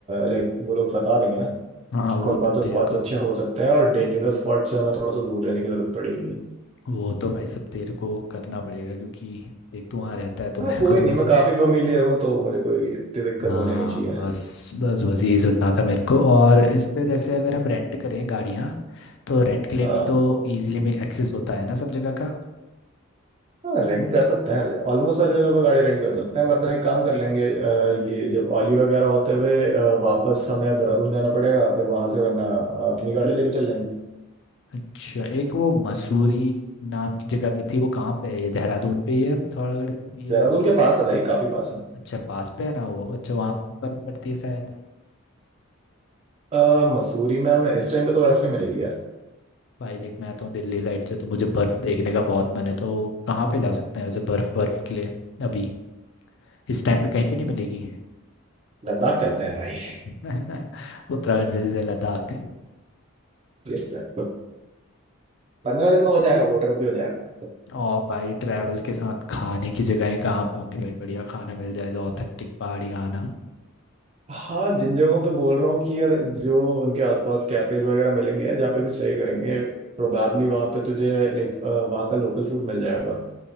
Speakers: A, on the right (about 30°); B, on the left (about 55°).
A: लाइक वो लोग बता देंगे ना
B: हाँ वो
A: कौन कौन
B: तो तेरे
A: से स्पॉट्स
B: को
A: अच्छे हो सकते हैं और डेंजरस स्पॉट्स से हमें थोड़ा सा दूर रहने की जरूरत पड़ेगी
B: वो तो भाई सब तेरे को करना पड़ेगा क्योंकि एक तो वहाँ रहता है तो मेरे
A: हाँ कोई
B: को तो
A: नहीं मैं काफी फेमिलियर हूँ तो मुझे कोई इतनी दिक्कत
B: हाँ
A: होने नहीं चाहिए
B: बस बस बस यही सुनना था मेरे को और इस पे जैसे अगर हम रेंट करें गाड़ियाँ तो रेंट के लिए
A: हाँ।
B: भी तो इजीली में एक्सेस होता है ना सब जगह का
A: हाँ रेंट कर सकते हैं ऑलमोस्ट हर जगह पर गाड़ी रेंट कर सकते हैं वरना एक काम कर लेंगे अ, ये जब औली वगैरह होते हुए अ, वापस हमें देहरादून जाना पड़ेगा फिर वहां से वरना अपनी गाड़ी लेके चल लेंगे
B: अच्छा एक वो मसूरी नाम की जगह भी थी वो कहाँ पे है ये देहरादून पे ही है पिथौरागढ़ पे भी है
A: देहरादून के पास है भाई काफी पास है
B: अच्छा पास पे है ना वो अच्छा वहाँ पे बर्फ पड़ती है शायद
A: अ, मसूरी में हमें इस टाइम पे तो बर्फ नहीं मिलेगी यार
B: भाई देख मैं आता हूँ दिल्ली साइड से तो मुझे बर्फ देखने का बहुत मन है तो कहाँ पे जा सकते हैं वैसे बर्फ बर्फ के लिए अभी इस टाइम पे कहीं पे नहीं मिलेगी
A: लद्दाख चलते हैं भाई
B: <laughs> उत्तराखंड से सीधे लद्दाख
A: Yes sir पंद्रह दिन में हो जाएगा वो ट्रिप भी हो जाएगा
B: और भाई ट्रैवल के साथ खाने की जगहें कहाँ पे होंगी भाई बढ़िया खाना मिल जाए तो ऑथेंटिक पहाड़ी खाना
A: हाँ जिन जगहों पे बोल रहा हूँ कि यार जो उनके आसपास कैफेज वगैरह मिलेंगे जहाँ पे भी स्टे करेंगे प्रोबेबली वहाँ पे तुझे लाइक वहाँ का लोकल फूड मिल जाएगा